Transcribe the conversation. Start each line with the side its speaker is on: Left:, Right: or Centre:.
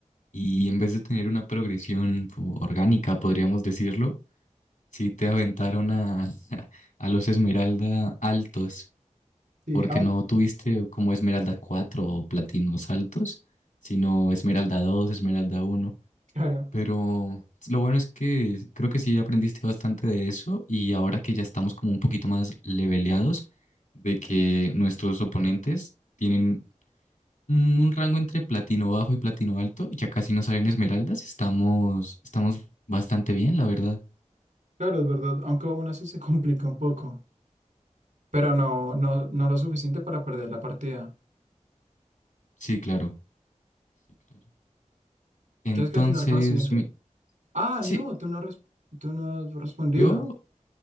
Left: y en vez de tener una progresión po- orgánica, podríamos decirlo, Sí te aventaron a, <laughs> a los Esmeralda altos,
Right: Sí,
Left: porque
Right: aunque,
Left: no tuviste como Esmeralda 4 o Platinos altos, sino Esmeralda 2 Esmeralda uno
Right: claro,
Left: Pero lo bueno es que creo que sí aprendiste bastante de eso y ahora que ya estamos como un poquito más leveleados, de que nuestros oponentes tienen mm, un rango entre Platino bajo y Platino alto, ya casi no salen Esmeraldas, estamos, estamos bastante bien, la verdad.
Right: claro, es verdad, aunque aún así se complica un poco, pero no, no, no lo suficiente para perder la partida.
Left: Sí, claro. Sí, claro. Entonces,
Right: ¿Quieres continuar con la siguiente?
Left: mi-
Right: Ah,
Left: sí,
Right: no, tú no has, res- tú no has respondido.
Left: yo,